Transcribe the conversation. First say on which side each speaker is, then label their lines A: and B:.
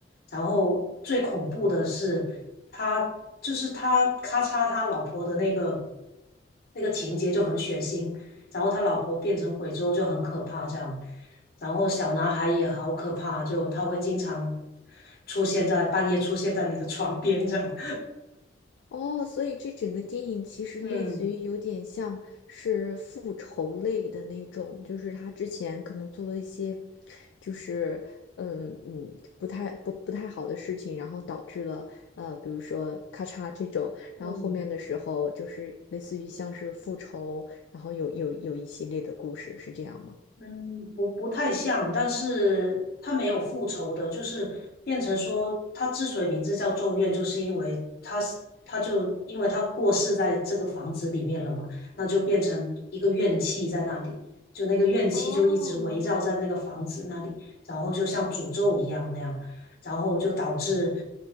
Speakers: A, on the left; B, on the left.
A: 然后最恐怖的是，他就是他咔嚓他老婆的那个那个情节就很血腥，然后他老婆变成鬼之后就很可怕这样，然后小男孩也好可怕，就他会经常出现在半夜出现在你的床边这样，
B: 哦，所以这整个电影其实类似于有点像是复仇类的那种，
A: <laughs> 嗯
B: 就是他之前可能做了一些，就是嗯嗯不太不不太好的事情，然后导致了呃比如说咔嚓这种，
A: 嗯。
B: 然后后面的时候就是类似于像是复仇，然后有有有一系列的故事，是这样吗？
A: 嗯，不不太像，但是他没有复仇的，就是变成说，他之所以名字叫咒怨，就是因为他是他就因为他过世在这个房子里面了嘛，那就变成一个怨气在那里，就那个怨气就一直围绕在那个房子那里，
B: 哦，
A: 然后就像诅咒一样那样，然后就导致